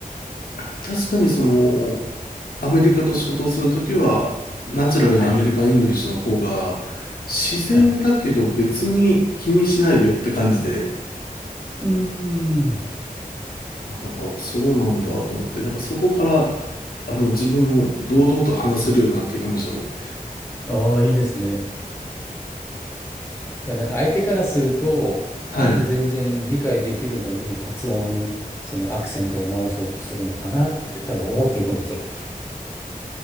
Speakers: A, on the left (about 80°); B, on the left (about 15°).
A: 確かにその、アメリカと仕事をするときは、ナチュラルなアメリカン・
B: はい。
A: イングリッシュの方が、自然だけど別に気にしないよって感じで、
B: はい。うーん。
A: ああ、そうなんだと思って、なんかそこから、あの、自分も堂々と話せるようになってきましたね。
B: ああ、いいですね。だからなんか相手からすると、
A: はい。
B: なんで全然理解できるのに発音、そのアクセントを直そうとするのかなって多分思ってると思うんですよ。